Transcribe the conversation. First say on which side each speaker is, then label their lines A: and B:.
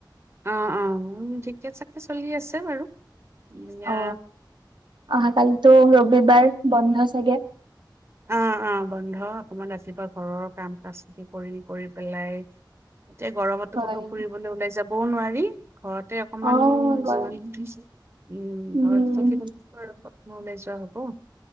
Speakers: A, on the right; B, on the right.
A: অ ', অ ', ঠিকে- চাকে চলি আছে বাৰু। য়া।
B: অ অহাকালিতো ৰবিবাৰ বন্ধ চাগে
A: অ- অ বন্ধ। অকমান ৰাতিপুৱা ঘৰৰ কাম কাজ খিনি কৰি কৰি পেলাই, এতিয়া গৰমতো
B: হয়।
A: কতো ফুৰিবলৈ ওলাই, যাবও নোৱাৰি। ঘৰতে অকমান
B: অ গৰম
A: জীৱন ধুইছোঁ উম',
B: উম
A: ঘৰতে থাকিব লাগিব আৰু নলেজোৱা হকো।